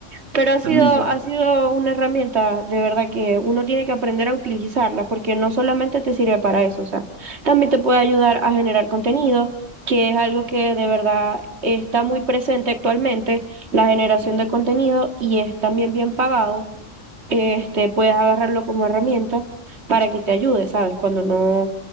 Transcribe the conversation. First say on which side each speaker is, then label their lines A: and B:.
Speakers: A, on the right; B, on the right.
A: pero ha sido,
B: <laughs> también
A: ha
B: yo.
A: sido una herramienta de verdad que uno tiene que aprender a utilizarla porque no solamente te sirve para eso, o sea, también te puede ayudar a generar contenido, que es algo que de verdad está muy presente actualmente, la generación
B: Sí.
A: de contenido y es también bien pagado. Este, puedes agarrarlo como herramienta para que te ayude, ¿sabes? Cuando no,